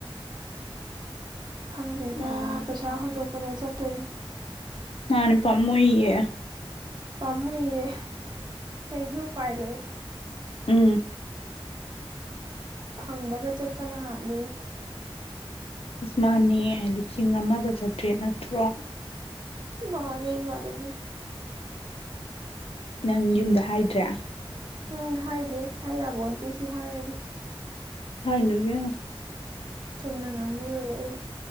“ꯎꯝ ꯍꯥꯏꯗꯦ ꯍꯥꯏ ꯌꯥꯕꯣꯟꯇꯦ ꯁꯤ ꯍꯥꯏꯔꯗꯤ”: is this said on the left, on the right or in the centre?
Right